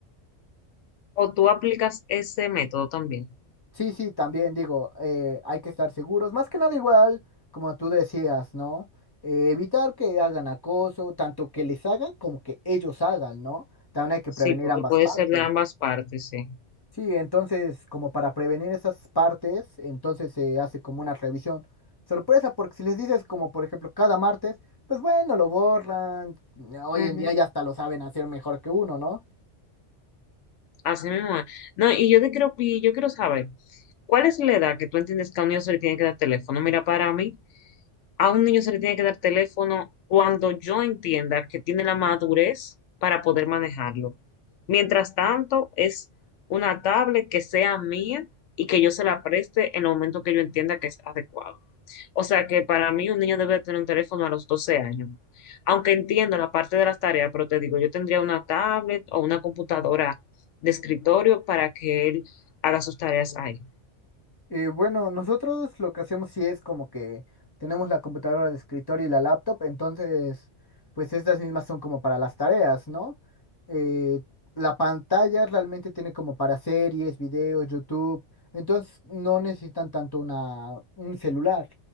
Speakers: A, on the left; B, on the left.
A: O tú aplicas ese método también.
B: Sí, sí, también digo, eh, hay que estar seguros, más que nada igual, como tú decías, ¿no? Eh, evitar que hagan acoso, tanto que les hagan como que ellos hagan, ¿no? También hay que
A: Sí,
B: prevenir
A: porque
B: ambas
A: puede
B: partes.
A: ser de ambas partes, sí.
B: Sí, entonces, como para prevenir esas partes, entonces se hace como una revisión. Sorpresa, porque si les dices como por ejemplo cada martes, pues bueno, lo borran. Hoy
A: Ujú.
B: en día ya hasta lo saben hacer mejor que uno, ¿no?
A: Así mismo es. No, y yo te quiero, y yo quiero saber, ¿cuál es la edad que tú entiendes que a un niño se le tiene que dar teléfono? Mira, para mí, a un niño se le tiene que dar teléfono cuando yo entienda que tiene la madurez para poder manejarlo. Mientras tanto, es una tablet que sea mía y que yo se la preste en el momento que yo entienda que es adecuado. O sea que para mí un niño debe tener un teléfono a los 12 años. Aunque entiendo la parte de las tareas, pero te digo, yo tendría una tablet o una computadora de escritorio para que él haga sus tareas ahí.
B: Eh, bueno, nosotros lo que hacemos sí es como que tenemos la computadora de escritorio y la laptop, entonces, pues estas mismas son como para las tareas, ¿no? Eh, la pantalla realmente tiene como para series, videos, YouTube, entonces no necesitan tanto una, un celular,